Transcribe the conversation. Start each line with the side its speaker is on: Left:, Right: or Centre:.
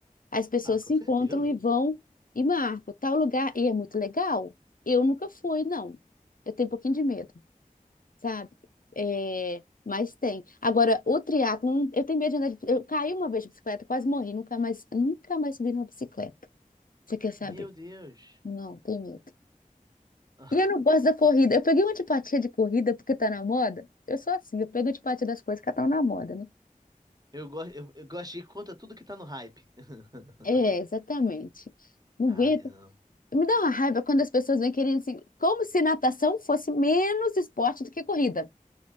Left: As pessoas
Right: Ah, com
Left: se
Right: certeza.
Left: encontram e vão e marcam tal lugar e é muito legal. Eu nunca fui, não. Eu tenho um pouquinho de medo, sabe? É, mas tem. Agora, o triatlon, eu tenho medo de andar de... Eu caí uma vez de bicicleta, quase morri, nunca mais, nunca mais subi numa bicicleta. Você quer saber?
Right: Meu Deus.
Left: Não, tenho medo.
Right: <laughs>
Left: E eu não gosto da corrida. Eu peguei uma antipatia de corrida porque tá na moda. Eu sou assim, eu pego antipatia das coisas que estão na moda, né?
Right: Eu, go eu, eu gosto de ir contra tudo que tá no hype. <laughs>
Left: É, exatamente. Não
Right: Ah,
Left: aguento
Right: eu não.
Left: Me dá uma raiva quando as pessoas vêm querendo assim, como se natação fosse menos esporte do que corrida.